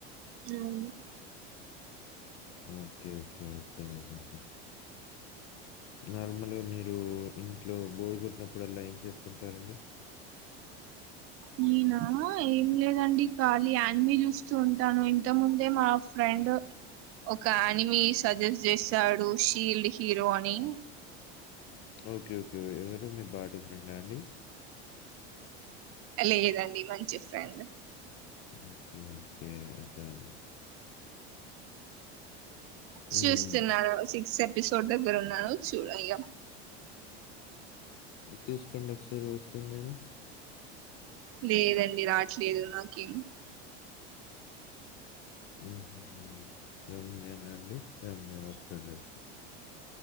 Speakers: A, on the right; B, on the left.
A: అవును
B: ఓకే ఓకే అర్థమైందండి నార్మల్గా మీరు ఇంట్లో బోర్ కొట్టినప్పుడల్లా ఏం చేస్త్ తుటారండి.
A: నేనా ఏం లేదండి ఖాళీ యానిమీ చూస్తూ ఉంటాను. ఇంత ముందే మా ఫ్రెండ్ ఒక యానిమీ సజెస్ట్ చేశాడు షీల్డ్ హీరో అని.
B: ఓకే ఓకే ఎవరు మీ బాటు ఫ్రెండా అండి
A: లేదండి మంచి ఫ్రెండ్
B: మ్మ్ మ్మ్ ఓకే అలాగే హ్మ్.
A: చూస్తున్నారరా సిక్స్ ఎ పిసోడ్ దగ్గర ఉన్నాను చూడయ్యా
B: చూసుకోండి ఒకసారి వస్తుందేమో
A: లేదండి రాట్లేదు నాకేం
B: హ్మ్ హు హు రమ్య నా అండి రమ్య వస్తుంది.